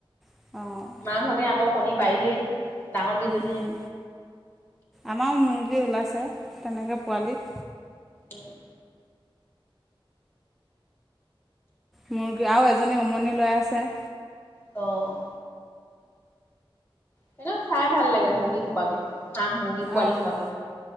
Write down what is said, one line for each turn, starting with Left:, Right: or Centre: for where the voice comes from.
Centre: অ'।
Left: মাকহঁতে আকৌ কণী পাৰিলেই। ডাঙৰ কেইজনীয়ে
Centre: উম, আমাৰো মুৰ্গী ওলাইছে, তেনেকে পোৱালি।
Left: অ'।
Centre: মুৰ্গী আৰু এজনী উমনি লৈ আছে।
Left: অ'। সিহঁতক চাই ভাল লাগে মুৰ্গী সোপাকে। হাঁহ মুৰ্গী পোৱালি
Centre: অ'
Left: সোপাকে